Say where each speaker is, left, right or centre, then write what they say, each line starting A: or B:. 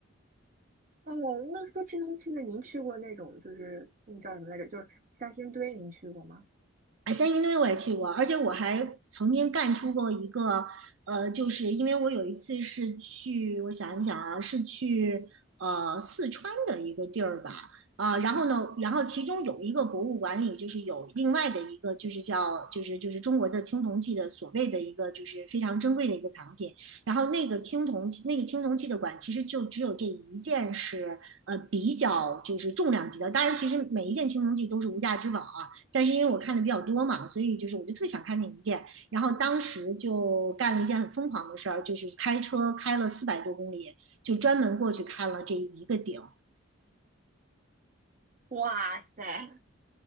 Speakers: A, on the right (about 40°); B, on the right (about 65°).
A: 哦，那说青铜器，那您去过那种就是那叫什么来着？就是三星堆，您去过吗？
B: 哎，三星堆我也去过，而且我还曾经干出过一个，呃，就是因为我有一次是去，我想一想啊，是去呃四川的一个地儿吧，啊、然后呢，然后其中有一个博物馆里就是有另外的一个，就是叫就是就是中国的青铜器的所谓的一个就是非常珍贵的一个藏品，然后那个青铜器那个青铜器的馆其实就只有这一件是呃比较就是重量级的，当然其实每一件青铜器都是无价之宝啊。但是因为我看的比较多嘛，所以就是我就特别想看那一件，然后当时就干了一件很疯狂的事儿，就是开车开了四百多公里，就专门过去看了这一个顶，
A: 哇塞，